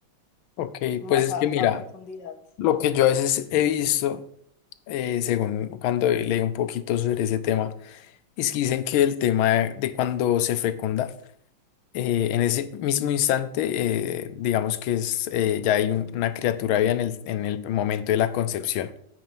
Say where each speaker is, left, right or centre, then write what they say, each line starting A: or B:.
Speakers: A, on the left (about 75°); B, on the left (about 60°).
A: Ok,
B: más
A: pues es
B: a,
A: que mira,
B: a profundidad.
A: lo que yo a veces he visto, eh, según cuando leí un poquito sobre ese tema, es que dicen que el tema de, de cuando se fecunda, eh, en ese mismo instante, eh, digamos que es, eh, ya hay un- una criatura viva en el, en el momento de la concepción.